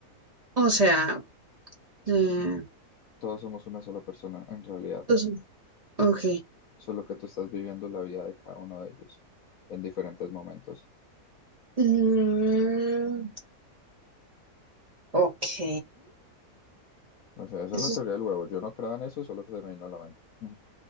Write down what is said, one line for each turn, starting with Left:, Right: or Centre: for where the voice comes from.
Right: O sea, eh,
Left: Todos somos una sola persona en realidad,
Right: pues, ok.
Left: solo que tú estás viviendo la vida de cada uno de ellos en diferentes momentos.
Right: Mm, ok.
Left: O sea, esa
Right: Eso
Left: es la teoría
Right: es
Left: del huevo. Yo no creo en eso, solo que se me vino a la mente. <laughs> Mm.